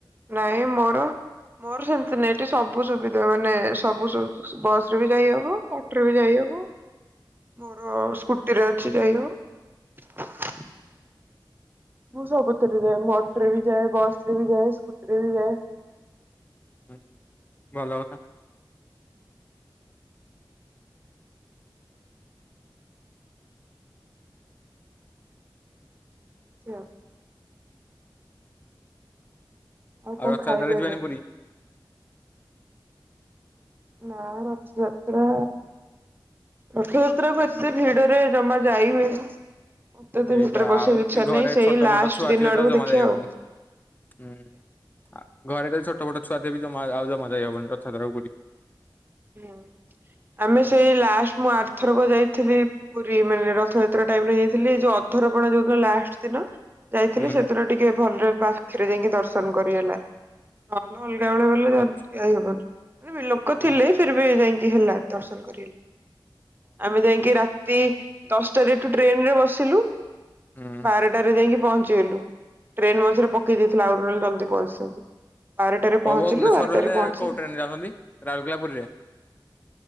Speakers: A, on the right; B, on the left.
A: ନାଇଁ ମୋର ମୋର ସେମିତି ନାଇଁ ଏଠି ସବୁ ସୁବିଧା ମାନେ ସବୁ ସବୁ ବସ ରେ ବି ଯାଇ ହବ ଅଟୋ ରେ ବି ଯାଇ ହବ । ମୋର ସ୍କୁଟିରେ ଅଛି ଯାଇହେବ। ମୁଁ ସବୁଥରେ ଯାଏ ମୁ ଅଟୋ ରେ ବି ଯାଏ ବସରେ ବି ଯାଏ ସ୍କୁଟର ବି ଯାଏ ।
B: ହ ଭଲ କଥା
A: <unintelligible> କଣ
B: ଆଉ ରଥ
A: ଖାଇବେ
B: ଯାତ୍ରା ରେ ଯିବନି
A: ଏବେ
B: ପୁରୀ ।
A: ନା ରଥଯାତ୍ରା ରଥ ଯାତ୍ରା କୁ ଏତେ ଭିଡରେ ଜମା ଯାଇ ହୁଏନି। ମତେ ତ
B: ଏଇଟା
A: ଭିତରେ ପଶିବାକୁ
B: ଆଉ ଯଦି
A: ଇଚ୍ଛା
B: ଘରେ
A: ନାହିଁ ସେଇ
B: ଛୋଟ
A: ଲାଷ୍ଟ
B: ଫୋଟ ଛୁଆ
A: ଦିନ
B: ଥିବେ
A: ଆଡକୁ
B: ତ ଜମା
A: ଦେଖିବା
B: ଯାଇ ହବନି
A: ଆଉ
B: । ହୁଁ ଆ ଘରେ ତ ଛୋଟ ଛଟ ଛୁଆ ଦେ ବି ଜମା ଆଉ ଜମା । ଯାଇ ହବନି ରଥାଯାତ୍ରା କୁ ବୁଲି
A: ହୁଁ ଆମେ ସେଇ ଲାଷ୍ଟ ମୁଁ ଆର୍ଥରକ ଯାଇଥିଲି ପୁରୀ ମାନେ ରଥଯାତ୍ରା । ଟାଇମ୍ ରେ ଯାଇଥିଲି ଯଉ ଅଧରପଣା ଯୋଉଦିନ ଲାଷ୍ଟ ଦିନ। ଯାଇଥିଲି
B: ହୁଁ
A: ସେଦିନ ଟିକେ ଭଲରେ ପାଖରେ ଯାଇକି ଦର୍ଶନ କରି ହେଲା। ଭଲ ଅଲଗା ବେଳେଆ ଗଲେ
B: ଆଚ୍ଛା
A: ଯାଇ ହବନି ବି ଲୋକ ଥିଲେ
B: ହଁ
A: । ବି ଯାଇକି ହେଲା ଦର୍ଶନ କରଲେ ଆମେ ଯାଇକି ରାତି । ତୀ ଦଶଟାରେ ଏଠୁ ଟ୍ରେନ ରେ ବସିଲୁ
B: ହୁଁ।
A: ବାରଟାରେ ଯାଇକି। ପହଞ୍ଚିଲୁ ଟ୍ରେନ୍ ମଝିରେ ପକେଇ ଦେଇଥିଲା ଆଉରି ନହେଲେ ଜଲଦି ପହଞ୍ଚିଥାନ୍ତି । ବାରଟାରେ ପହଞ୍ଚିଲୁ
B: ଓ ଭୁବନେଶ୍ୱରରୁ
A: ବାରଟାରେ
B: ହେଲେ
A: ପହଞ୍ଚି
B: କୋଉ
A: ।
B: ଟ୍ରେନରେ ଯାଉଛନ୍ତି ରାଉରକେଲା ପୁରୀରେ